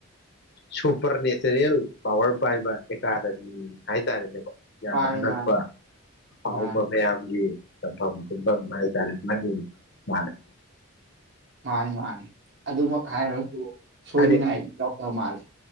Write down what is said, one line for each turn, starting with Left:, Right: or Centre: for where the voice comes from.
Left: ꯁꯨꯄꯔ ꯅꯦꯆꯔꯦꯜ ꯄꯋꯥꯔ ꯄꯥꯏꯕ ꯑꯦꯀꯗꯁꯤ ꯍꯥꯏꯇꯥꯔꯦꯅꯦꯀꯣ ꯌꯥꯝꯅ
Right: ꯃꯥꯅꯤ
Left: ꯑꯉꯛꯄ
Right: ꯃꯥꯅꯤ
Left: ꯑꯐꯥꯎꯕ
Right: ꯃꯥꯅꯤ
Left: ꯃꯌꯥꯝꯒꯤ ꯁꯝꯕꯝ ꯀꯨꯝꯕꯝ ꯍꯥꯏ ꯇꯥꯔꯦꯅꯦꯀꯣ ꯃꯥꯅꯦ
Right: ꯑꯝꯍꯥꯅꯤ ꯑꯗꯨꯃꯛ ꯍꯥꯏꯔꯁꯨ ꯁꯣꯏꯅꯤꯡꯉꯥꯏ
Left: ꯍꯥꯏꯗꯤ
Right: ꯌꯥꯎꯗꯕ ꯃꯥꯜꯂꯤ